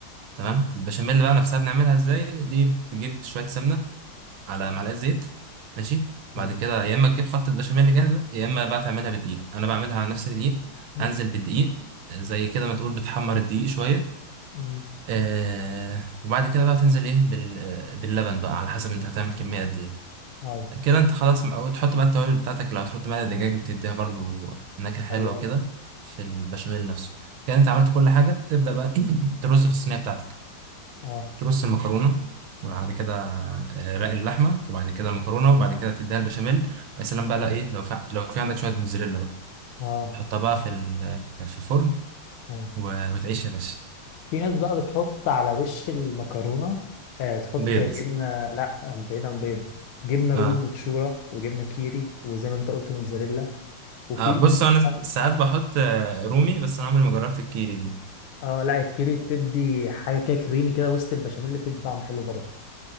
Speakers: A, on the right; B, on the left.
A: تمام
B: مم.
A: البشاميل بقى نفسها بنعملها ازاي دي بتجيب شوية سمنة على معلقه زيت ماشي بعد
B: مم.
A: كده يا اما تجيب خلطه بشاميل جاهزه يا اما بقى تعملها بدقيق انا بعملها على نفس الدقيق
B: مم.
A: انزل بالدقيق زي كده ما تقول بتحمر الدقيق شويه
B: مم.
A: آه وبعد كده بقى تنزل ايه بال آه، باللبن بقى على حسب انت هتعمل
B: مم.
A: كميه قد ايه
B: أيوة.
A: كده انت خلاص م- او تحط بقى التوابل بتاعتك لو هتحط معاها دجاج بتديها برضو نكهه حلوه
B: حلو
A: وكده
B: قوي
A: في البشاميل نفسه كده انت عملت كل حاجه تبدا بقى <coughs> <clears throat> ترص في الصينيه بتاعتك
B: اه
A: ترص المكرونه وبعد كده آه، رق اللحمه وبعد كده المكرونه وبعد كده تديها البشاميل ويا سلام بقى لو ايه لو في لو في عندك شويه موتزاريلا بقى
B: اه
A: تحطها بقى في ال- في الفرن
B: أيوة.
A: و- وتعيش يا باشا
B: في ناس بقى بتحط على وش المكرونة آه، تحط
A: بيض
B: جبنة لا بعيدا عن بيض جبنة رومي
A: اه,
B: مبشورة وجبنة كيري وزي ما انت قلت موزاريلا وفي
A: آه
B: اللي
A: بص
B: بيخل-
A: انا ساعات
B: اه
A: بحط آه، رومي بس انا عمري ما جربت الكيري دي
B: آه، لا الكيري بتدي حاجة كده كريمي كده وسط البشاميل اللي بتدي طعم حلو برضه